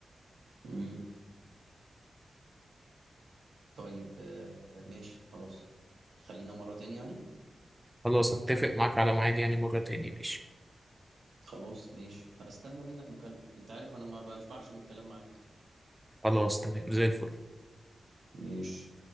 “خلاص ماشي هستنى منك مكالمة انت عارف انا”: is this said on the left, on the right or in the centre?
Right